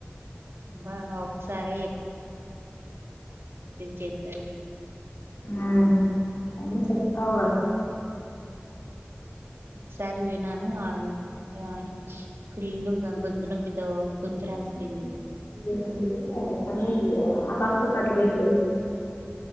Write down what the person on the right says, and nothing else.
అబ్బా ఒకసారే చేతానికి
ఒకసారి వినను ఆ ఫుల్లు గొంతు నొప్పితో గొంతు రాసి ఉహు